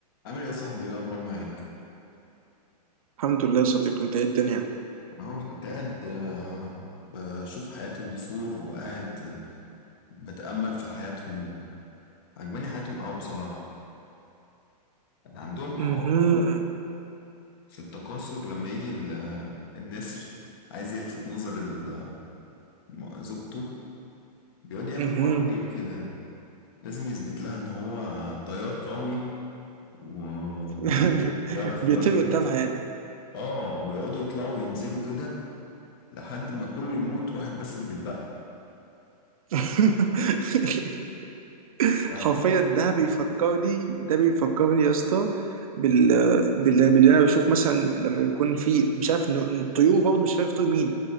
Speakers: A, on the left; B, on the right.
A: عامل ايه يا صاحبي ايه الاخبار معاك
B: الحمد لله يا صديقي انت ايه الدنيا
A: اهو كنت قاعد آه، بشوف حياة النسور وقاعد آه، بتأمل في حياتهم عجباني حياتهم قوي بصراحة عندهم حوار
B: امم
A: في التكاثر لما يجي ال- آه، النسر عايز يلفت نظر ال- آه، زوجته بيقعد يعمل
B: امم
A: حوار غريب كده لازم يثبت لها ان هو طيار قوي وبيعرف
B: <laughs> بيطير
A: يوجه
B: قدامها
A: نفسه
B: يعني
A: اه ويقعدوا يطلعوا وينزلوا كده لحد ما كله يموت واحد بس اللي بيتبقى
B: <laughs>
A: صح
B: حرفيا ده بيفكرني ده بيفكرني يا اسطى بال... بال... باللي انا بشوف مثلا لما يكون في مش عارف ان الطيور برضه مش عارف طيور مين